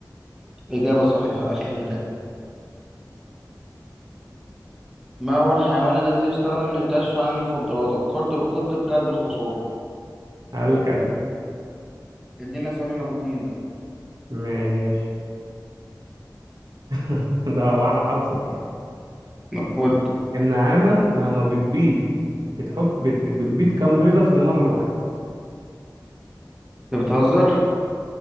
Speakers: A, in the centre; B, on the right (about 65°).
A: إجابة صحيحة أخي في الله ما هو الحيوان الذي يستخدم للكشف عن المخدرات القرد القط الكلب الحصان
B: على الكلب
A: ادينا سؤال من أبو اتنين بقى
B: ماشي <laughs> ده هو على حظك يعني
A: نقول
B: النعامة لما بتبيض بتحط بت... بتبيض كام بيضة في المرة الواحدة
A: انت بتهزر